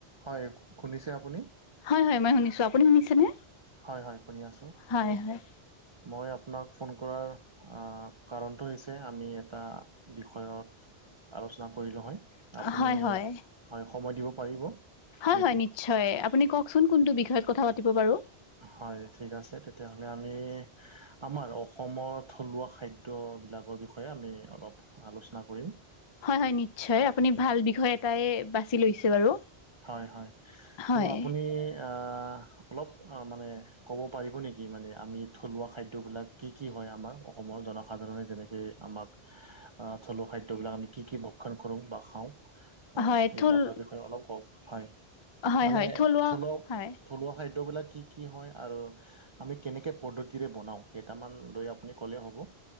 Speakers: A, on the right; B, on the left.
A: হয়, শুনিছে আপুনি?
B: হয় হয় মই শুনিছো। আপুনি শুনিছেনে?
A: হয় হয় শুনি আছো ত'
B: হয় হয়
A: মই আপোনাক ফোন কৰাৰ কাৰণটো হৈছে আমি এটা বিষয়ত আলোচনা কৰিলো হয়, আপুনি
B: হয় হয়
A: হয় সময় দিব পাৰিব?
B: হয়
A: নেকি
B: হয় নিশ্চয়। আপুনি কওকচোন কোনটো বিষয়ত কথা পাতিব বাৰু?
A: হয় ঠিক আছে তেতিয়াহ'লে। আমি আমাৰ অসমৰ থলুৱা খা দ্য বিলাকৰ বিষয়ে আমি অলপ আলোচনা কৰিম
B: হয় হয় নিশ্চয়।
A: হয়
B: আপুনি ভাল বিষয় এটাই বাছি লৈছে বাৰু।
A: হয় হয়।
B: হয়
A: ত' আপুনি আ অলপ মানে ক'ব পাৰিব নেকি মানে আমি থলুৱা খাদ্য বিলাক কি কি হয় আমাৰ? অসমৰ জনসাধাৰণে যেনেকৈ আমাক থলুৱা খাদ্যবিলাক আমি কি কি ভক্ষণ কৰোঁ বা খাওঁ অ
B: হয়
A: এইবিলাকৰ
B: থল
A: বিষয়ে অলপ কওক হয়
B: হয়
A: মানে
B: হয় থলুৱা
A: ধৰি লওঁক
B: হয়
A: থলুৱা খাদ্যবিলাক কি কি হয় আৰু আমি কেনেকে পদ্ধতিৰে বনাও কেইটামান লৈ আপুনি ক'লে হ'ব